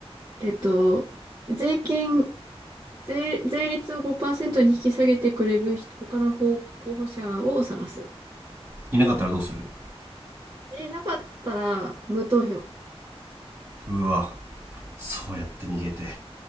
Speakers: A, on the right; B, on the right.
A: えっと、税金、税、税率を5%に引き下げてくれる人他の候候補者を探す。
B: いなかったらどうする
A: え、なかったら、無投票。
B: うわそうやって逃げて。